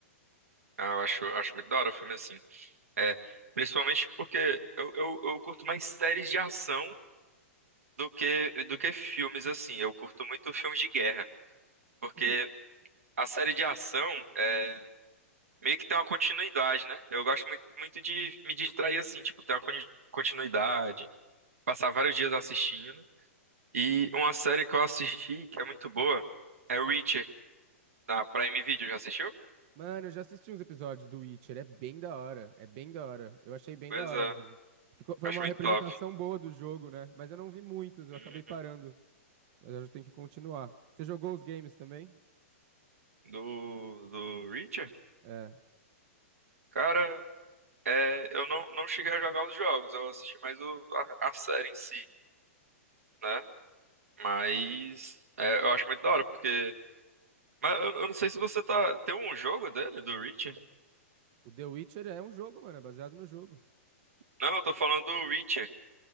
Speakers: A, on the right (about 80°); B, on the right (about 45°).
A: Ah, eu acho, acho muito da hora o filme assim. É, principalmente porque eu, eu, eu curto mais séries de ação do que, do que filmes, assim. Eu curto muito filmes de guerra, porque
B: O Que...
A: a série de ação é, meio que tem uma continuidade, né? Eu gosto muito, muito de me distrair assim, tipo, ter uma con- continuidade, passar vários dias assistindo. E uma série que eu assisti, que é muito boa, é Reacher, da Prime Video. Já assistiu?
B: Mano, eu já assisti uns episódios do Witcher, é bem da hora, é bem da hora. Eu achei bem
A: Coisa,
B: da hora mesmo. Ficou... Foi
A: acho
B: uma
A: muito
B: representação
A: top.
B: boa do jogo, né? Mas eu não vi muitos, eu
A: Uhum.
B: acabei parando. Mas eu já tenho que continuar. Você jogou os games também?
A: Do, do Reacher?
B: É.
A: Cara. É, eu não, não cheguei a jogar os jogos, eu assisti mais o- a, a série em si, né? Mas é, eu acho muito da hora, porque. Mas eu, eu não sei se você tá. Tem um jogo dele, do Reacher?
B: O The Witcher é um jogo, mano, é baseado no jogo.
A: Não, eu tô falando do Reacher.